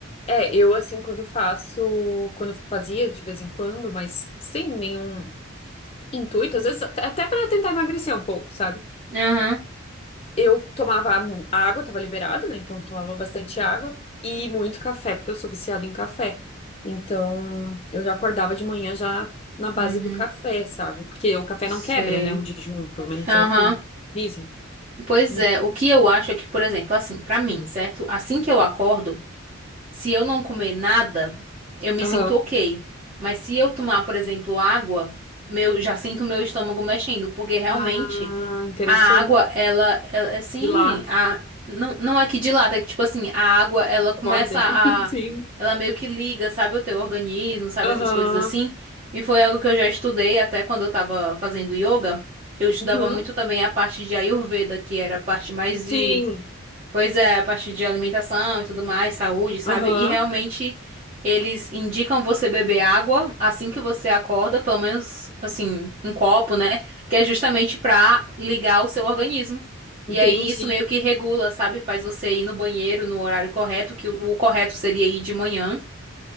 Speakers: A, on the left (about 30°); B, on the right (about 35°).
A: É, eu assim, quando faço, quando fazia de vez em quando, mas sem nenhum intuito, às vezes até até para tentar emagrecer um pouco, sabe?
B: Aham.
A: Eu tomava mu- água, tava liberado, né? Então eu tomava bastante água e muito café, porque eu sou viciada em café. Então eu já acordava de manhã já na base
B: Uhum.
A: do café, sabe? Porque o café
B: Sei.
A: não quebra, né? O jejum, pelo menos
B: Aham.
A: é o que dizem.
B: Pois
A: Hum.
B: é, o que eu acho é que, por exemplo, assim, pra mim, certo? Assim que eu acordo. Se eu não comer nada, eu me
A: Aham.
B: sinto ok. Mas se eu tomar, por exemplo, água, meu, já sinto meu estômago mexendo, porque realmente
A: Ah, interessante.
B: a água, ela, ela é assim,
A: Dilata,
B: a, não, não é que dilata, é que tipo assim, a água, ela começa
A: borda
B: a,
A: ele. <laughs> Sim.
B: ela meio que liga, sabe, o teu organismo, sabe,
A: Aham.
B: essas coisas assim. E foi algo que eu já estudei até quando eu tava fazendo yoga. Eu estudava
A: Uhum.
B: muito também a parte de Ayurveda, que era a parte mais de
A: Sim.
B: Pois é, a partir de alimentação e tudo mais, saúde, sabe?
A: Aham.
B: E realmente eles indicam você beber água assim que você acorda, pelo menos assim, um copo, né? Que é justamente pra ligar o seu organismo. E
A: Entendi.
B: aí isso meio que regula, sabe? Faz você ir no banheiro no horário correto, que o, o correto seria ir de manhã,